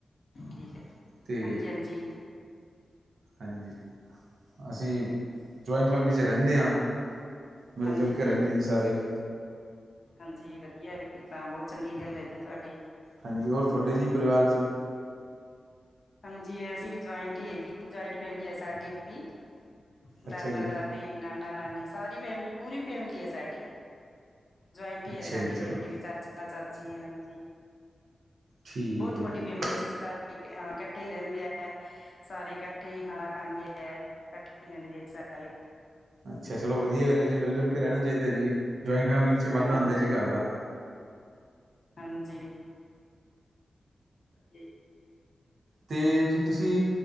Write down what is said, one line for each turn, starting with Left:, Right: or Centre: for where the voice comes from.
Left: ਠੀਕ ਏ,
Right: ਅਤੇ
Left: ਹਾਂਜੀ-ਹਾਂਜੀ।
Right: ਹਾਂਜੀ ਅਸੀਂ ਜੁਆਇੰਟ ਫੈਮਿਲੀ 'ਚ ਰੇਂਦੇ ਆ। ਮਿਲ-
Left: ਹਾਂਜੀ
Right: ਜੁਲ ਕੇ ਰੇਂਦੇ ਆ ਜੀ ਸਾਰੇ।
Left: ਹਾਂਜੀ ਵਦੀਆ ਵੀਰ ਤਾਂ ਬੋਤ ਚੰਗੀ ਗੱਲ ਏ ਜੀ ਤੁਹਾਡੀ।
Right: ਹਾਂਜੀ, ਹੋਰ ਤੁਹਡੇ ਜੀ ਪਰਿਵਾਰ 'ਚ?
Left: ਹਾਂਜੀ ਅਸੀਂ ਵੀ ਜੁਆਇੰਟ ਈ ਹੈਗੀ ਜੁਆਇੰਟ ਫੈਮਲੀ ਏ ਸਾਡੀ ਵੀ,
Right: ਅੱਛਾ
Left: ਦਾਦਾ,
Right: ਜੀ
Left: ਦਾ ਦੀ ਨਾਨਾ-ਨਾਨੀ ਸਾਰੀ ਫੈਮਿਲੀ ਪੂਰੀ ਫੈਮਿਲੀ ਏ ਸਾਡੀ। ਜੁਆਇੰਟ ਈ
Right: ਅੱਛਾ
Left: ਏ ਸਾਡੀ
Right: ਜੀ ਚਲੋ
Left: ਫੈਮਿਲੀ ਵੀ ਚਾਚਾ-ਚਾਚੀ ਹਾਂਜੀ।
Right: ਠੀਕ
Left: ਬੋਤ
Right: ਹੈ
Left: ਵੱਡੀ
Right: ਜੀ
Left: ਫੈਮਿਲੀ ਅਸੀਂ ਸਾਰੇ ਇਕ ਇਕੱਠੇ ਈ ਰੇਂਦੇ ਐ। ਸਾਰੇ ਇਕੱਠੇ ਹੀ ਖਾਣਾ ਖਾਂਦੇ ਐ, ਕੱਠੇ ਈ ਰੇਂਦੇ ਐ ਸਾਰੇ।
Right: ਅੱਛਾ ਚਲੋ ਵਦੀਆ ਗੱਲ ਐ ਜੀ ਮਿਲ ਜੁਲ ਕੇ ਰੇਣਾ ਚਾਈਦਾ ਏ ਜੀ, ਜੁਆਇੰਟ ਫੈਮਲੀ 'ਚ ਵਾਧਾ
Left: ਹਾਂਜੀ
Right: ਹੁੰਦਾ ਜੀ ਘਰ ਦਾ।
Left: ਹਾਂਜੀ। ਵਦੀਆ ਈ ਏ।
Right: ਤੇ ਜੀ ਤੁਸੀਂ